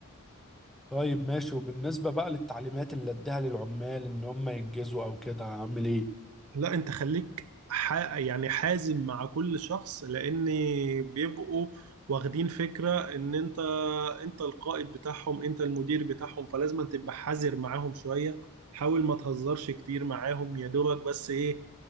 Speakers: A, in the centre; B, on the right.
A: طيب ماشي وبالنسبة بقى للتعليمات اللي اديها للعمال ان هم ينجزوا او كده هعمل ايه
B: لا انت خليك ح... يعني حازم مع كل شخص لان بيبقوا واخدين فكرة ان انت انت القائد بتاعهم انت المدير بتاعهم فلازم تبقى حذر معاهم شوية حاول ما تهزرش كتير معاهم يا دوبك بس ايه